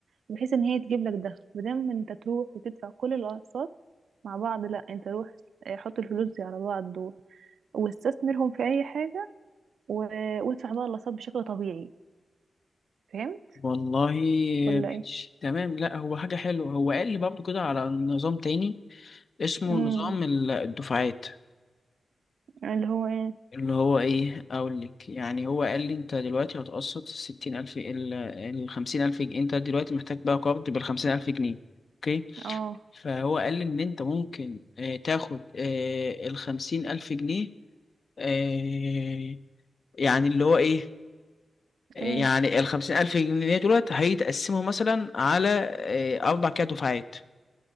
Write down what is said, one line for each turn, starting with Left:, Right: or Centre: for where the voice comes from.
Right: بحيث ان هي تجيب لك دخل بدل ما انت تروح وتدفع كل الاقساط مع بعض لا انت روح آه، حط الفلوس دي على بعض و... واستثمرهم في اي حاجة و... وادفع بقى الاقساط بشكل طبيعي فهمت
Left: والله
Right: ولا
Left: ماشي
Right: ايه
Left: تمام لا هو حاجة حلوة هو قال لي برضه كده على نظام تاني اسمه
Right: امم
Left: نظام ال- الدفعات
Right: اللي هو ايه
Left: اللي هو ايه اقول لك يعني هو قال لي انت دلوقتي هتقسط الستين الف ال ال- خمسين الف جنيه انت دلوقتي محتاج بقى قرض بالخمسين الف جنيه اوكي
Right: اه
Left: فهو قال لي ان انت ممكن آه، تاخد آه، الخمسين الف جنيه آه، يعني اللي هو ايه يعني
Right: ايه
Left: الخمسين ألف جنيه دلوقتي هيتقسموا مثلا على آه، أربع كده دفعات